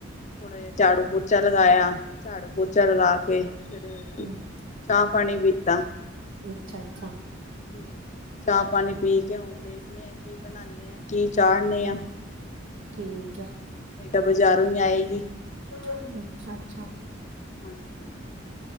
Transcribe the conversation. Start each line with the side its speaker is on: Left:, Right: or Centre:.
Left: ਥੋੜਾ ਜਿਆ ਝਾੜੂ-ਪੋਚਾ ਲਗਾਇਆ, ਝਾੜੂ-ਪੋਚਾ ਲਗਾ ਕੇ ਫੇਰ,
Right: ਹੂੰ
Left: ਚਾਹ-ਪਾਣੀ ਪੀਤਾ।
Right: ਅੱਛਾ, ਅੱਛਾ।
Left: ਹੁ, ਚਾਹ-ਪਾਣੀ ਪੀ ਕੇ, ਹੁਨ ਦੇਖਨੇ ਆ, ਕੀ ਬਨਾਨੇ ਆ। ਕੀ ਚਾੜਨੇ ਆ। ਨਈ
Right: ਠੀਕ ਹੈ
Left: ਤਾ ਬਜਾਰੋ ਈ ਆਏਗੀ।
Right: ਅੱਛਾ, ਅੱਛਾ।
Left: ਹਾਂਜੀ।